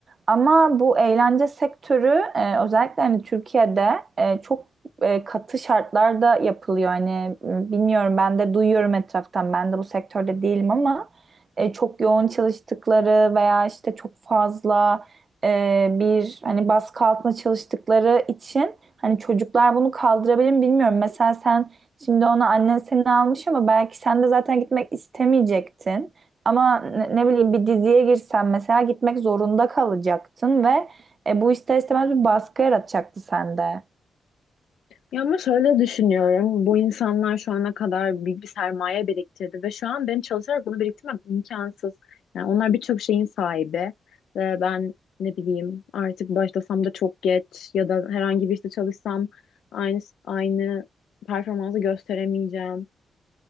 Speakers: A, on the right; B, on the left.
A: Ama bu eğlence sektörü e, özellikle hani Türkiye'de e, çok e, katı şartlarda yapılıyor. Hani m, bilmiyorum ben de duyuyorum etraftan. Ben de bu sektörde değilim ama e, çok yoğun çalıştıkları veya işte çok fazla e, bir hani baskı altında çalıştıkları için hani çocuklar bunu kaldırabilir mi bilmiyorum. Mesela sen Şimdi onu annen seni almış ama belki sen de zaten gitmek istemeyecektin. Ama ne, ne bileyim bir diziye girsen mesela gitmek zorunda kalacaktın ve e, bu ister istemez bir baskı yaratacaktı sende.
B: Ya ama şöyle düşünüyorum. Bu insanlar şu ana kadar büyük bir sermaye biriktirdi ve şu an benim çalışarak bunu biriktirmem imkansız. Yani onlar birçok şeyin sahibi ve ben ne bileyim artık başlasam da çok geç ya da herhangi bir işte çalışsam aynı aynı performansı gösteremeyeceğim.